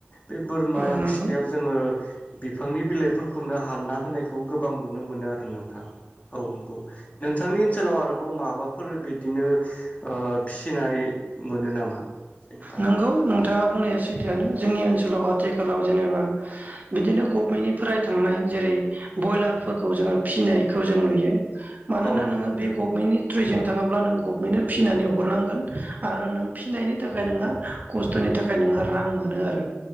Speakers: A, on the left; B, on the right.
A: बे बोरमा
B: नंगौ औ नंगौ
A: फिसिनायाव
B: औ
A: जोङो बिफांनि बिलाइफोरखौनो हानना होनायखौ गोबां नुनो मोनो आरो नोंथां औ नंगौ नोंथांनि ओनसोलाव आरोबाव माबाफोर बिदिनो फिनाय मोनो नामा जेनेबा
B: नोंगौ नोंथाङा बुंनाया सैथोआनो जोंनि ओनसोलाव आथिखालाव जेनेबा बिदिनो गभमेन्टनिफ्राय थांनाय जेरै बयलारफोरखौ जोङो फिसिनायखौ जों नुयो मानोना
A: औ नंगौ
B: नोङो
A: नोंथां
B: बे गभमेन्टनि ट्र्रिजों थाङोब्ला नों गभनमेन्टनो फिनानै हरनांगोन आरो नों फिनायनि थाखाय थाखाय नोंहा खस्थ'नि थाखाय नोंङहा रां मोनो आरो